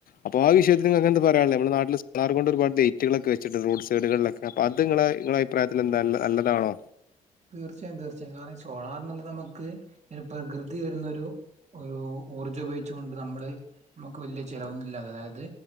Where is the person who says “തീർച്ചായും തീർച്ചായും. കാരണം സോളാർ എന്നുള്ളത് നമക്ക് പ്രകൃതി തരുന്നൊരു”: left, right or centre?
Right